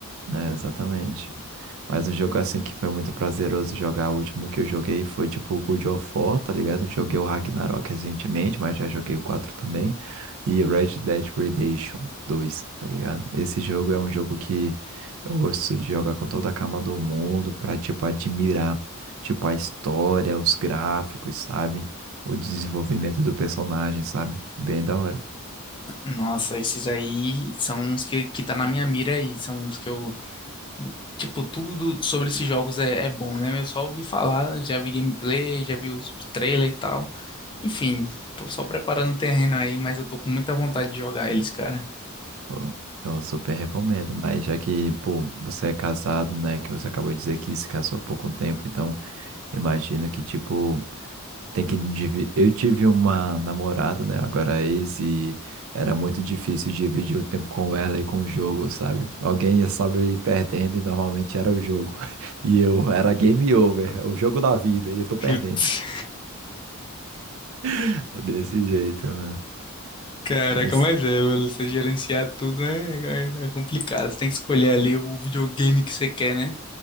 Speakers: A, on the right (about 65°); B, on the left (about 20°).
A: É, exatamente. Mas um jogo assim que foi muito prazeroso jogar, o último que eu joguei foi tipo o God of War, tá ligado? Joguei o Ragnarok recentemente, mas já joguei o 4 também. E Red Dead Redemption dois tá ligado? Esse jogo é um jogo que eu gosto de jogar com toda a calma do mundo pra, tipo, admirar, tipo, a história, os gráficos, sabe? O desenvolvimento do personagem, sabe? Bem da hora.
B: Nossa, esses aí são uns que, que tá na minha mira aí. São uns que eu. Tipo, tudo do- sobre esses jogos é, é bom, né? Eu só ouvi falar, já vi gameplay, já vi os- o trailer e tal. Enfim, tô só preparando o terreno aí, mas eu tô com muita vontade de jogar eles, cara.
A: Pô, eu super recomendo, mas já que, pô, você é casado, né, que você acabou de dizer que se casou há pouco tempo, então imagino que, tipo, tem que... dividir Eu tive uma namorada, né, agora é ex, e era muito difícil dividir o tempo com ela e com o jogo, sabe? Alguém ia saber ir perdendo e normalmente era o jogo. <laughs> E eu era game over, é o jogo da vida, e eu tô perdendo.
B: Putz,
A: <laughs> Desse jeito, né?
B: caraca,
A: Mas...
B: mas é, mano. Você gerenciar tudo é, é, é complicado. Você tem que escolher ali o videogame que você quer, né?